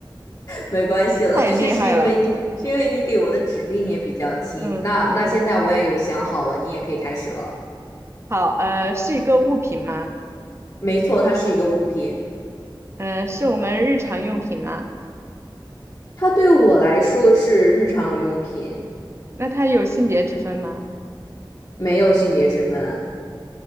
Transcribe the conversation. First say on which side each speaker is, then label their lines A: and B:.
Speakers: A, on the left (about 40°); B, on the right (about 30°).
A: 没关系了，
B: 太厉害了。
A: 就是是因为你是因为你给我的指令也比较轻。
B: 嗯，
A: 那那现在我也有想好了，
B: 没有。
A: 你也可以开始了。
B: 好，呃，是一个物品吗？
A: 没错，它是一个物品，
B: 嗯、呃是我们日常用品吗？
A: 它对我来说是日常用品，
B: 那它有性别之分吗？
A: 没有性别之分